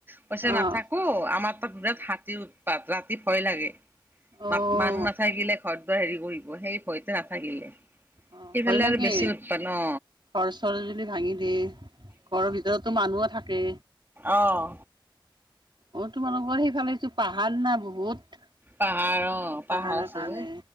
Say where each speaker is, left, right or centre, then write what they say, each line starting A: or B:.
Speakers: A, on the right; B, on the right.
A: কৈইছে
B: অ',
A: নাথাকো আমাৰ তাত বিৰাট হাতীৰ উৎপাত ৰাতি ভয় লাগে।
B: অ',
A: মা মানুহ নাথাকিলে ঘৰত বাৰ হেৰি কৰিব সেই ভয়তে নাথাকিলে।
B: অ',
A: সেইফালে
B: ভয় লাগে
A: আৰু বেছি উৎপাদ ন।
B: ঘৰ চৰ যুলি ভাঙি দিয়ে ঘৰৰ ভিতৰতো মানুহো থাকে।
A: অহ
B: অ তোমালোকৰ সেইফালেছো পাহাৰ না বহুত,
A: পাহাৰ অ
B: পাহাৰৰ
A: পাহাৰ আছে
B: কাৰণে
A: যে।